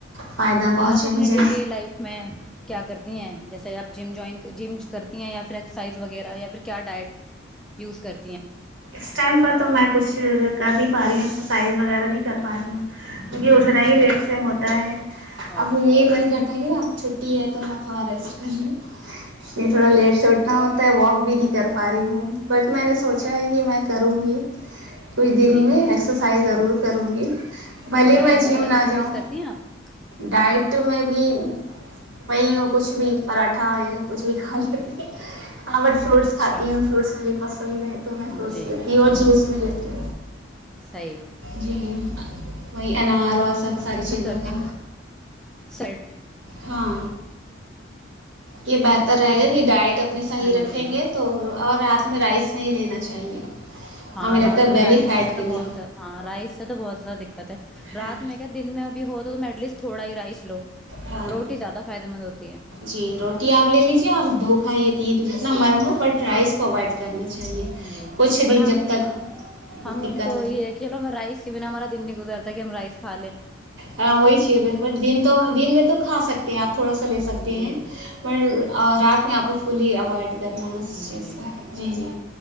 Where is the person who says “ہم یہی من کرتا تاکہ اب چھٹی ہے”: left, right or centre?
Right